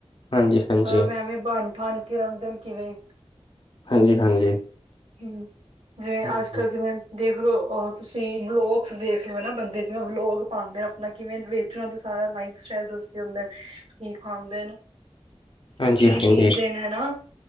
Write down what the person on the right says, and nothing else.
ਮਤਲਬ ਐਂਵੇਂ ਬਨ ਠਨ ਕੇ ਆਂਦੇ ਨੇ ਕਿਵੇਂ।
ਹਮ, ਜਿਵੇਂ
ਅੱਜ ਕੱਲ ਜਿਵੇਂ ਦੇਖਲੋ ਉਹ ਤੁਸੀਂ ਵਲੋਗਸ ਦੇਖ ਲੈਣਾ ਨਾ ਬੰਦੇਂ ਜਿਵੇਂ ਵਲੋਗ ਪਾਉਂਦੇ ਆਪਣਾ। ਕਿਵੇਂ ਵੇਚਣ ਦਾ ਤੇ ਸਾਰਾ ਲਾਈਫ ਸਟਾਈਲ ਦੱਸਦੇ ਹੁੰਦੇ ਕੀ ਖਾਂਦੇ ਨੇ।
ਕੀ
ਪੀਂਦੇ ਨੇ ਹਨਾ ਫ